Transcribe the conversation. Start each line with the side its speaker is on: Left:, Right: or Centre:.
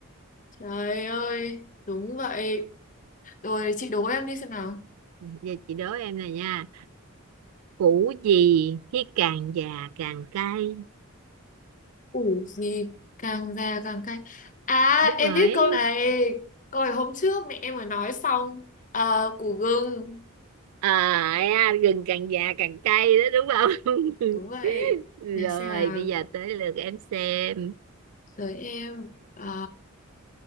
Left: Trời ơi, đúng vậy. Rồi chị đố em đi xem nào.
Right: giờ chị đố em này nha củ gì khi càng già càng cay
Left: Củ gì càng già càng cay. À,
Right: đúng
Left: em
Right: rồi
Left: biết câu này. Câu này hôm trước mẹ em mới nói xong. Ờ, củ gừng.
Right: à à, gừng càng già càng cay đó đúng không
Left: đúng vậy
Right: <laughs>
Left: để
Right: rồi
Left: xem nào
Right: bây giờ tới lượt em xem
Left: tới em Ờ,